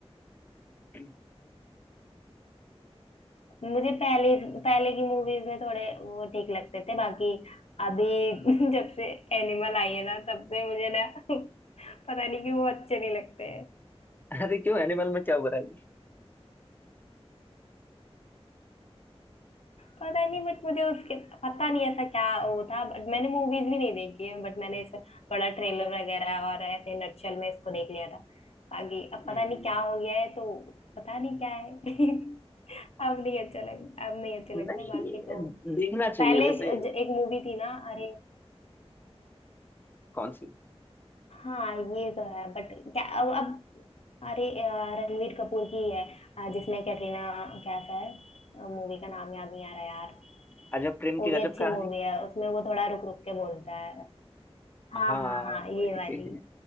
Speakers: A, on the left; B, on the left.
A: <laughs>
B: मुझे पहले पहले की मूवीज में थोड़े वो ठीक लगते थे बाकी अभी <laughs> जब से एनिमल आई है ना तब से मुझे ना <laughs> पता नहीं क्यों वो अच्छे नहीं लगते
A: अरे क्यों एनिमल में क्या बुराई
B: पता नहीं बट मुझे उसके पता नहीं ऐसा क्या वो था बट मैंने मूवीज भी नहीं देखी है बट मैंने इस थोड़ा ट्रेलर वगैरह और ऐसे नटशल में इसको देख लिया था बाकी अब
A: हम्म
B: पता नहीं क्या हो गया है तो पता नहीं क्या है <laughs> अब नहीं अच्छा लग अब नहीं अच्छे लगते
A: नहीं
B: बाकी तो
A: देखना चाहिए
B: पहले
A: वैसे
B: ज- एक मूवी थी ना अरे
A: कौन सी
B: हाँ ये तो है बट क्या अब अब अरे अ, रणवीर कपूर की है अ, जिसमें कैटरीना कैफ है मूवी का नाम याद नहीं आ रहा यार
A: अजब प्रेम
B: वो
A: की
B: भी
A: गजब
B: अच्छी
A: कहानी
B: मूवी है उसमें वो थोड़ा रुक रुक के बोलता है
A: हाँ
B: हाँ हाँ हाँ
A: वही
B: ये वाली